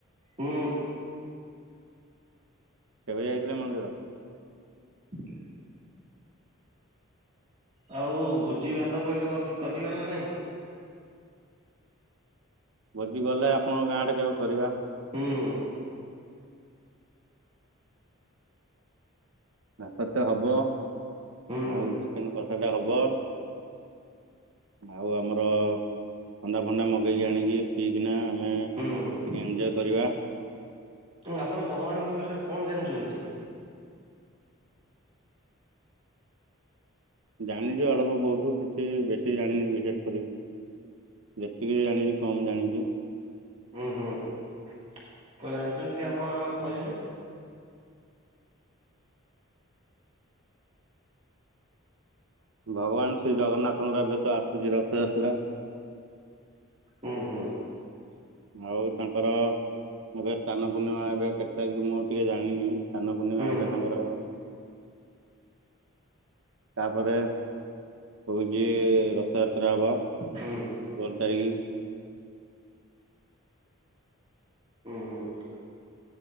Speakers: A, on the right; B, on the right.
A: ହୁଁ।
B: କେବେ ଯାଇଥିଲେ ମନ୍ଦିର?
A: ହ <inaudible> ଆଉ ଭୋଜି ଭାତ କୁ ଏବେ କରିବା ନା ନାହିଁ?
B: ଭୋଜି ଗଲେ ଆପଣଙ୍କ ଗାଁ ଆଡେ କେବେ କରିବା?
A: ହୁଁ।
B: ଭାତଟେ ହବ।
A: ହୁଁ
B: ଆଉ ଚିକେନେ କଷାଟେ ହବ ଆଉ ଆମର ଥଣ୍ଡା ଫଣ୍ଡା ମଗେଇକି ଆଣିକି ପିଇକିନା ଆମେ ଟିକେ
A: ହୁଁ
B: ଏଞ୍ଜୟ୍ କରିବା।
A: ଆପଣ ଭଗବାନଙ୍କ ବିଷୟରେ କଣ ଜାଣିଚନ୍ତି?
B: ଜାଣିଚି ଅଳ୍ପ ବହୁତୁ କିଛି ବେଶୀ ଜାଣିନି ବିଶେଷ କରି। ଯେତିକି ବି ଜାଣିିଚି କମ୍ ଜାଣିଚି।
A: ହୁଁ ହୁଁ, କଣ ଜାଣିଚନ୍ତି ଟିକେ ଆମ ଆମକୁ କହିବେ?
B: ଭଗବାନ ଶ୍ରୀ ଜଗନ୍ନାଥଙ୍କର ଏବେ ତ ଆସୁଚି ରଥଯାତ୍ରା।
A: ହୁଁ ହୁଁ।
B: ଆଉ ତାଙ୍କର ଏବେ ସ୍ଥାନ ପୂର୍ଣ୍ଣିମା ଏବେ କେତେ ତାରିଖ ମୁଁ ଟିକେ ଜାଣିନି। ସ୍ଥାନପୂର୍ଣ୍ଣିମା
A: ହୁଁ
B: ଏବେ ତାଙ୍କର ତାପରେ ହଉଚି ରଥଯାତ୍ରା ହବ ଷୋଳ
A: ହୁଁ
B: ତାରିଖ।
A: ହୁଁ ହୁଁ।